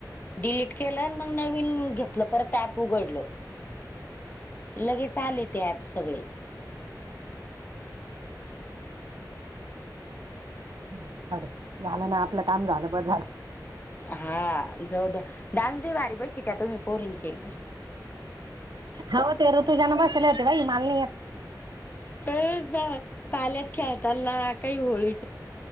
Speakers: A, on the left; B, on the right.
A: डिलीट केलं मग नवीन घेतलं परत ॲप उघडलं. लगेच आले ते ऍपस सगळे. <inaudible>
B: मडो झालं ना आपलं काम झालं बस झाल.
A: हा जाऊ द्या डान्स बी भारी बसीव का तुम्ही पोरींचे?
B: होत एव तू जन बसल हतेव इ म माल <unintelligible>
A: तर जा पाल्यात खेळताना काही होळी.